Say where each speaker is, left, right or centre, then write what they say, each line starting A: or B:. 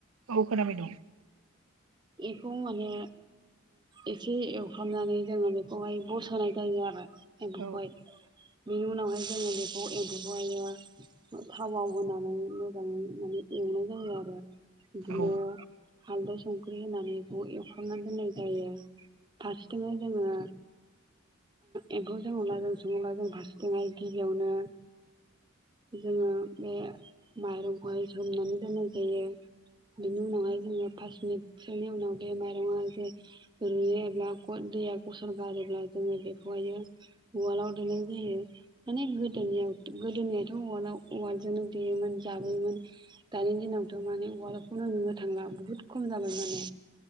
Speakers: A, on the right; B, on the right.
A: औ खोनाबाय दं
B: बेखौ माने एसे एवफ्रामनानै जोङो बेखौहाय बसोनाय जायो आरो एओमफाय
A: औ
B: बेनु नावहाय जङो बेखौफ एमफो बायो थावाव होनानै मोजाङै माने एवनाय जायो आरो बिदिनो
A: औ
B: हालदै संख्रि होनानै बे एवखांनानै दोननाय जायो फारसेथिंनो जोङो एम्फौ जों अला जों सङोब्ला जों फारसेथिंहाय गिबियावनो जोङो बे माइरंखौहाय सोमनानै दोननाय जायो बिनि उनाव हाय जोङो फास मिनिटसोनि उनाव बे माइरंआ जे रुयोब्ला दैया गसर गारोब्ला जोङो बेखौहायो उवालाव दोननाय जायो। माने गोदायनो आरो गोदोनियाथ' उवालाव उवालजोंनो देयोमोन जाबोयोमोन। दानि दिनावथ' माने उवालखौनो नुनो थांला बुहुत खम जाबाय माने